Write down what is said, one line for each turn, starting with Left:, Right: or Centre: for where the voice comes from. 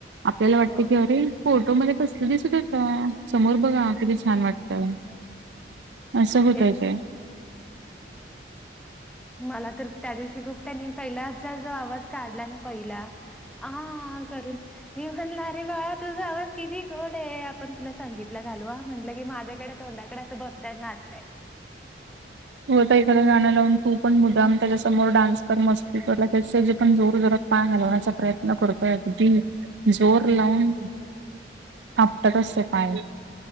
Right: आपल्याला वाटत
Centre: हो
Right: की अरे फोटो मध्ये कसलं दिसत होत समोर बघा किती छान वाटतं. असं होतायचं
Centre: तेच
Right: आहे.
Centre: मला तर त्या दिवशी खूप त्यांनी पहिलाचा जो आवाज काढला ना पहिला. हा हा करून. मी म्हणला रे बाळा तुझा आवाज किती गोड आहे आपण तुला सांगितलं घालू म्हटलं की माझ्याकडे तोंडाकडे असं बघतय आणि हसतोय.
Right: तू आता एखाद्या गाण्या लावून तू पण मुद्दाम त्याच्या समोर डान्स कर मस्ती करला त्याचे जे पण जोर जरात मान हलवण्याचा प्रयत्न करतोय अगदी जोर लावून.
Centre: <unintelligible>
Right: आपाटत असते पाय.